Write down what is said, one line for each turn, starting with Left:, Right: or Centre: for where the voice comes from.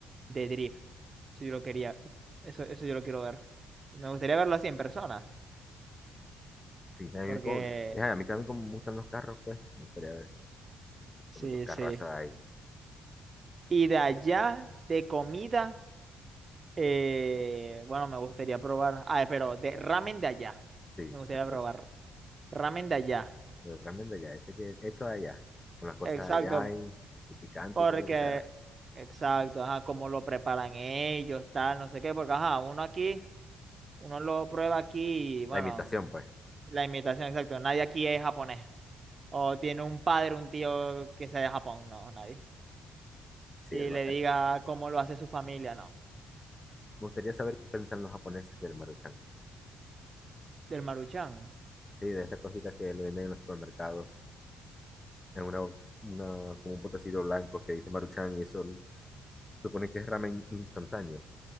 Right: de drift. Si yo lo quería, eso, eso yo lo quiero ver. Me gustaría verlo así en persona,
Left: Sí, a mí,
Right: porque
Left: como, ajá, a mí también como me gustan los carros, pues, me gustaría ver esos
Right: sí,
Left: tremendos carrazos
Right: sí.
Left: ahí.
Right: Y de allá, de comida, eh, bueno, me gustaría probar. Ah, pero de ramen de allá.
Left: Sí, exacto.
Right: Me gustaría probar ramen de allá.
Left: Los tremendos ya, ese que hecho allá, con las cosas
Right: Exacto,
Left: allá y, y picante
Right: porque,
Left: y todo lo que sea.
Right: exacto, ajá, cómo lo preparan ellos, tal, no sé qué, porque, ajá, uno aquí, uno lo prueba aquí y, bueno,
Left: La imitación, pues.
Right: la imitación, exacto. Nadie aquí es japonés. O tiene un padre, un tío que sea de Japón, no, nadie.
Left: Sí,
Right: Y
Left: el ma-
Right: le diga
Left: el- me
Right: cómo lo hace su familia, no.
Left: gustaría saber qué piensan los japoneses del Maruchan.
Right: Del Maruchan.
Left: Sí, de esta cosita que lo venden en los supermercados, en una, una, como un potecito blanco que dice Maruchan y eso supone que es ramen instantáneo,